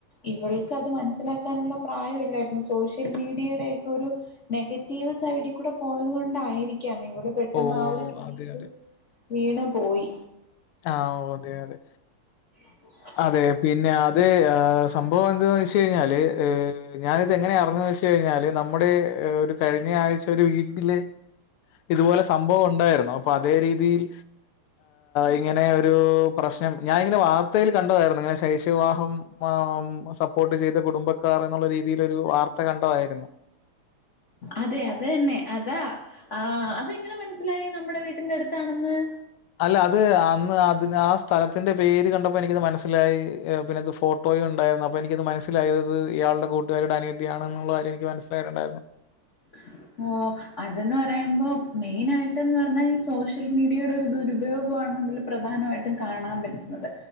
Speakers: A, on the left (about 45°); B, on the left (about 85°).
A: ഇവൾക്കത് മനസ്സിലാക്കാനുള്ള പ്രായം ഇല്ലായിരുന്നു സോഷ്യൽ മീഡിയയുടെയൊക്കെ ഒരു നെഗറ്റീവ് സൈഡിൽ കൂടെ പോയത് കൊണ്ടായിരിക്കാം ഇവള് പെട്ടെന്ന്
B: ഓ
A: ആഹ് ഒരു കെണില്
B: അതെ അതെ.
A: വീണു പോയി
B: ആഹ് അതെ അതെ
A: <inaudible>
B: അതെ പിന്നെ അത് സംഭവം എന്തെന്നവെച്ചഴിഞ്ഞാല ഞാനിതങ്ങനെ അറിഞ്ഞ കഴിഞ്ഞാല് നമ്മുടെ ഒരു കഴിഞ്ഞ ആഴ്ചഒരു വീട്ടില് ഇതുപോലെ സംഭവം ഒണ്ടായിരുന്നു അപ്പോ അപ്പൊ അതേ രീതിയിൽ ഇങ്ങനെ ഒരു പ്രശ്നം ഞാനിങ്ങനെ വാർ വാർത്തയിൽ കണ്ടതായിരുന്നു ഇങ്ങനെ ശൈശവ വിവാഹം സപ്പോർട്ട് ചെയ്ത കുടുംബക്കാർ എന്നുള്ള രീതിയിലൊരു വാർത്ത ത്ത കണ്ടതായിരുന്നു
A: അതെ അതന്നെ അതാ ആഹ് അതെങ്ങനെ മനസ്സിലായി നമ്മടെ വീട്ടിന്റെടുത്താണെന്ന്
B: അല്ല അത് അന്ന് അതിന് ആഹ് സ്ഥലത്തിന്റെ പേര് കണ്ടപ്പോ എനിക്കത് മനസ്സിലായി പിന്നെ ഫോട്ടോയും ഉണ്ടായിരുന്നു അപ്പൾ എനിക്കത് ഫോട്ടോയുണ്ടാര്ന്ന് അപ്പോനിക്ക് മനസ്സിലായത് ഇയാളുടെ കൂട്ടുകാരിടെ അനിയത്തിയാണെന്നുള്ള കാര്യം എനിക്ക് മനസ്സിലായിട്ടുണ്ടായിരുന്നു
A: <inaudible> ഓഹ് അതെന്ന് പറയുമ്പോ മെയിനായിട്ടെന്ന്റഞ്ഞാൽ ഈ സോഷ്യൽ മീഡിയയുടെ ഒരു ദുരുപയോഗമാണെങ്കിലും പ്രധാനായിട്ടും കാണാൻ പറ്റുന്നത്